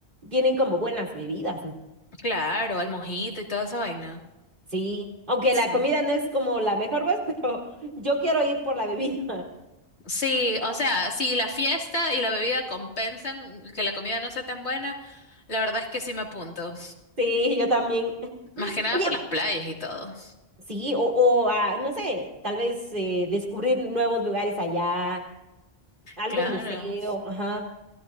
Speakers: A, on the right; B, on the left.
A: tienen como buenas bebidas, ¿no?
B: Claro, el mojito y toda esa vaina.
A: Sí, aunque
B: Sí.
A: la comida no es como la mejor, pues, <laughs> pero yo quiero ir por la bebida. <laughs>
B: Sí, o sea, si la fiesta y la bebida compensan que la comida no sea tan buena, la verdad es que sí me apunto.
A: Sí, yo también.
B: Más que nada
A: Oye,
B: por las playas y todo.
A: Sí, o, o ah, no sé, tal vez eh, descubrir nuevos lugares allá, algún
B: Claro.
A: museo, ajá,